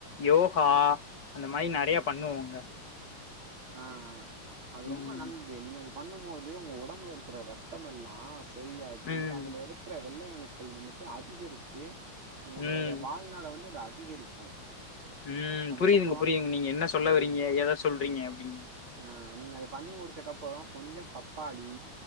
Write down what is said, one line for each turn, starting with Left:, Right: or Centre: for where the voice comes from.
Left: யோகா அந்த மாரி நெறய பண்ணுவோங்க
Right: ஆ ஆ அது
Left: ம்.
Right: ரொம்ப நல்து நீங்க அது பண்ணும் போது ஒங்க ஒடம்புல இருக்கிற ரத்தமெல்லா ஆ செரியாகி
Left: ம்.
Right: அதுல இருக்குற வெள்ளையணுக்கள் வந்துட்டு அதிகரிச்சு உங்களுடைய
Left: ம்.
Right: வாழ்நாள வந்து அது அதிகரிக்கு
Left: ம்
Right: அதுக்கப்புறோ
Left: புரியுதுங்க புரியுதுங் நீங்க என்ன சொல்லவறீங்க
Right: ஆ
Left: ஏத சொல்றீங்க அப்டின்
Right: ஆ நீங்க அத பண்ணி முடிச்சக்கப்பற கொஞ்ச பப்பாளி